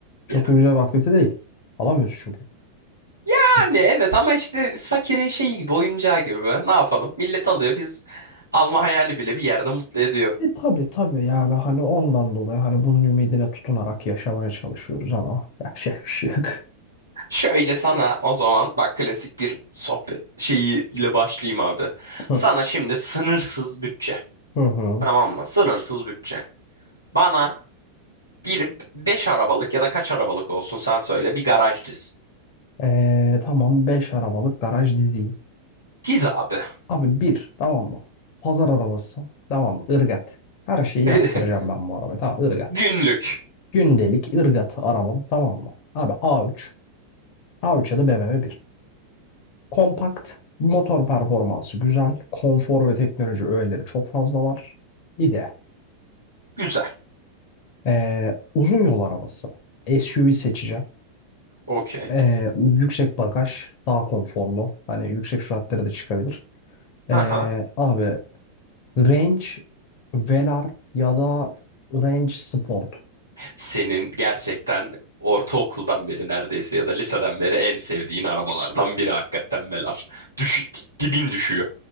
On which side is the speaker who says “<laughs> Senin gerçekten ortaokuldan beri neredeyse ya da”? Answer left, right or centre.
Right